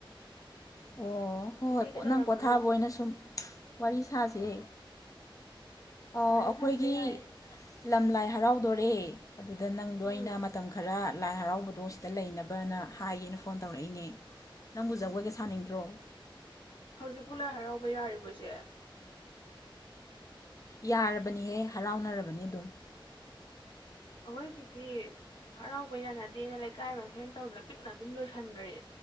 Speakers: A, on the left (about 40°); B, on the left (about 75°).
A: ꯑꯣ ꯍꯣꯏ
B: ꯏꯆꯦ
A: ꯄꯣꯠ
B: ꯀꯩꯗꯧꯔꯝꯃꯤꯅꯣ
A: ꯅꯪ ꯄꯣꯊꯥꯕ ꯑꯣꯏꯅ ꯁꯨꯝ ꯋꯥꯔꯤ ꯁꯥꯥꯁꯦ ꯑꯧ
B: ꯁꯥꯁꯦ
A: ꯑꯈꯣꯏꯒꯤ
B: ꯁꯥꯁꯦ ꯌꯥꯏꯌꯦ
A: ꯂꯝ ꯂꯥꯏ ꯍꯔꯥꯎꯗꯣꯔꯦ ꯑꯗꯨꯗ ꯅꯪꯗꯣ
B: ꯎꯝ
A: ꯑꯩꯅ ꯃꯇꯝ ꯈꯔ ꯂꯥꯏ ꯍꯔꯥꯎꯕꯗꯣ ꯁꯤꯗ ꯂꯩꯅꯕꯅ ꯍꯥꯏꯒꯦꯅ ꯐꯣꯟ ꯇꯧꯔꯛꯏꯅꯦ ꯅꯪꯕꯨ ꯖꯒꯣꯏꯒ ꯁꯥꯅꯤꯡꯗ꯭ꯔꯣ
B: ꯍꯧꯖꯤꯛꯄꯨ ꯂꯥꯏ ꯍꯔꯥꯎꯕ ꯌꯥꯔꯤꯕꯣ ꯏꯆꯦ
A: ꯌꯥꯔꯕꯅꯤꯍꯦ ꯍꯔꯥꯎꯅꯔꯕꯅꯤ ꯑꯗꯨꯝ
B: ꯑꯩꯈꯣꯏꯒꯤꯗꯤ ꯍꯔꯥꯎꯕ ꯌꯥꯅꯗꯦꯅ ꯂꯩꯀꯥꯏ ꯃꯁꯦꯟ ꯇꯧꯗꯅ ꯄꯤꯛꯅ ꯑꯗꯨꯝ ꯂꯣꯏꯁꯟꯒ꯭ꯔꯦ